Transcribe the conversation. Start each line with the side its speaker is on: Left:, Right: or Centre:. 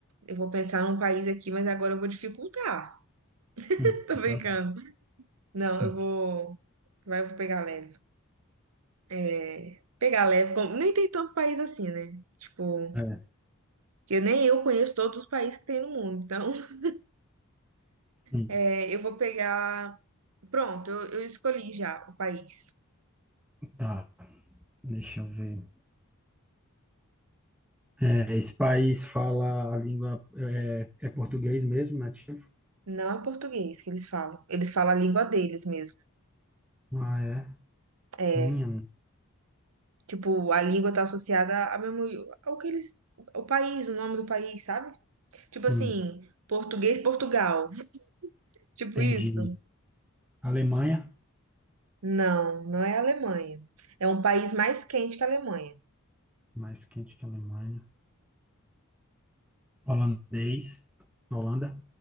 Right: Eu vou pensar num país aqui, mas agora eu vou dificultar. <laughs>
Centre: Hum,
Right: Tô brincando.
Centre: pode- dar.
Right: Não,
Centre: Hum,
Right: eu vou. Vai, eu vou pegar leve. é, pegar leve. como- Nem tem tanto país assim, né? Tipo,
Centre: É,
Right: que nem eu conheço todos os países que tem no mundo. Então, <laughs>
Centre: sim,
Right: é, eu vou pegar. Pronto, eu, eu escolhi já o país.
Centre: tá. Deixa eu ver. É, esse país fala a língua é, é português mesmo, nativo?
Right: Não é português que eles falam. Eles falam a língua deles mesmo.
Centre: Ah, é.
Right: É,
Centre: Minha,
Right: tipo, a língua tá associada a mesmo ao que eles. O país, o nome do país, sabe? Tipo
Centre: sim,
Right: assim, português, Portugal. <laughs> Tipo
Centre: entendi.
Right: isso.
Centre: Alemanha,
Right: Não, não é a Alemanha. É um país mais quente que a Alemanha.
Centre: mais quente que a Alemanha. Holandês, Holanda.